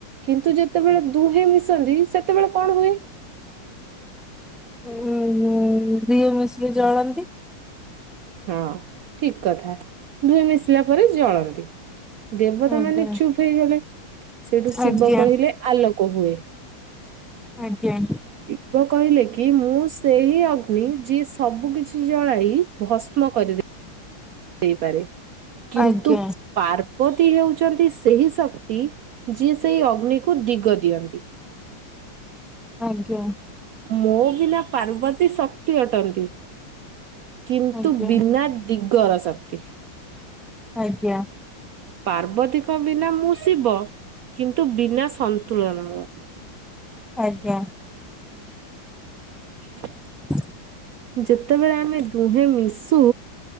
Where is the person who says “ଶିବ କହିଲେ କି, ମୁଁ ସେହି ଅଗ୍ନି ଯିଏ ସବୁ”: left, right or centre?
Right